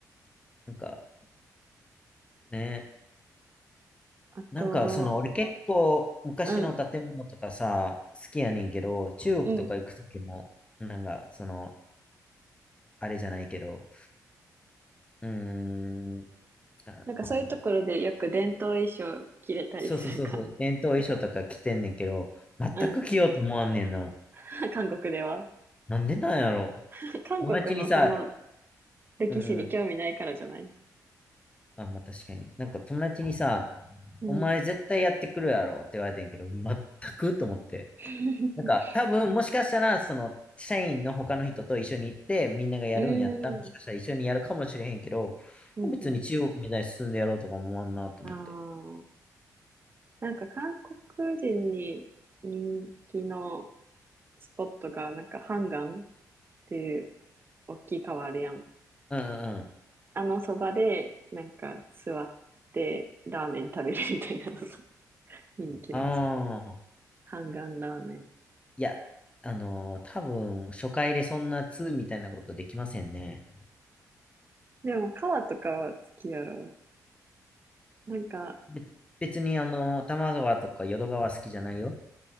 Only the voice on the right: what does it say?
あと、
うん、
うん。
なんかそういうところでよく伝統衣装着れたりするからさ。
<laughs> うん。<laughs> 韓国では。
<laughs> 韓国のその
歴史に興味ないからじゃない
うん。
<laughs>
うん。
うんう
ん。ああ。なんか韓国人に人気のスポットが、なんかハンガンっていう大きい川あるやん。
あのそばで、なんか座ってラーメン食べるみたいなのが <laughs> 人気らしい。
ハンガンラーメン。
でも、川とかは好きやろ。なんか